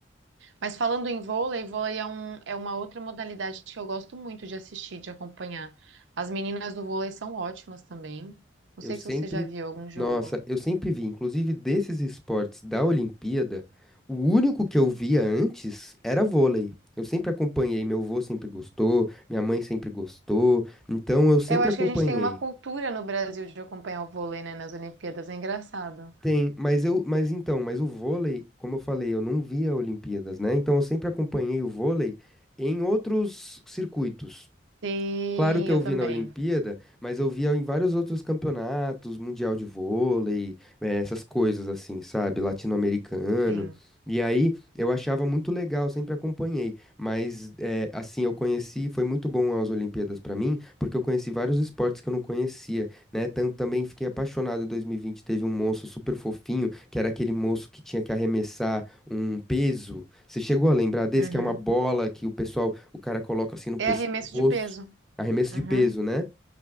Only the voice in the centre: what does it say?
Eu
sempre,
nossa, eu sempre vi, inclusive desses esportes da Olimpíada, o único que eu via antes era vôlei. Eu sempre acompanhei, meu avô sempre gostou, minha mãe sempre gostou, então eu sempre
acompanhei.
Tem, mas eu, mas então, mas o vôlei, como eu falei, eu não via Olimpíadas, né? Então eu sempre acompanhei o vôlei em outros circuitos.
Claro que eu
vi
na Olimpíada, mas eu via em vários outros campeonatos, Mundial de Vôlei, eh, essas coisas assim, sabe? Latino-americano.
E aí eu achava muito legal, sempre acompanhei. Mas eh, assim, eu conheci, foi muito bom as Olimpíadas pra mim, porque eu conheci vários esportes que eu não conhecia, né? Tam- também fiquei apaixonado em 2020, teve um moço super fofinho, que era aquele moço que tinha que arremessar um peso. Você chegou a lembrar desse,
que é uma bola que o pessoal, o cara coloca assim no pescoço?
Arremesso
de peso, né?